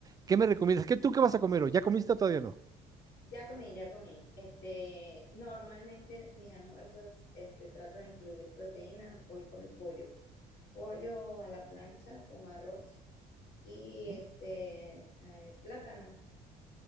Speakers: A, on the right; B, on the left.
A: ¿Qué me recomiendas? ¿Qué tú qué vas a comer hoy? ¿Ya comiste o todavía no?
B: Ya comí, ya comí. Este, normalmente mis almuerzos, este, trato de incluir proteínas. Hoy comí pollo. Pollo a la plancha con arroz y
A: ¿No?
B: este, eh, plátano,